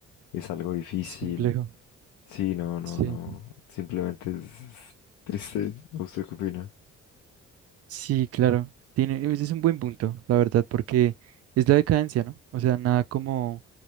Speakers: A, on the left (about 80°); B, on the right (about 55°).
A: es algo difícil.
B: es complejo.
A: Sí, no, no,
B: Sí.
A: no, simplemente es triste. ¿Usted qué opina?
B: Sí, claro. Tiene, ese es un buen punto, la verdad, porque es la decadencia, ¿no? O sea, nada como